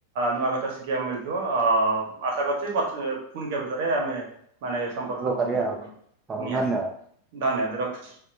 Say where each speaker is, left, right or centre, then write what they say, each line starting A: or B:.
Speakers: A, on the right (about 60°); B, on the right (about 25°).
A: ନୂଆ କଥା ଶିଖିବା ମିଳିଥିବ ଅ ଆଶା କରିଛି ପୁଣିକ ଭିତରେ ଆମେ ମାନେ ଏ ସମ୍ପର୍କ ଅପନ୍ତରେ
B: କରିବା ଆଉ ହଉ
A: ନିହାତି
B: ଧନ୍ୟବାଦ।
A: ଧନ୍ୟବାଦ ରଖୁଛି।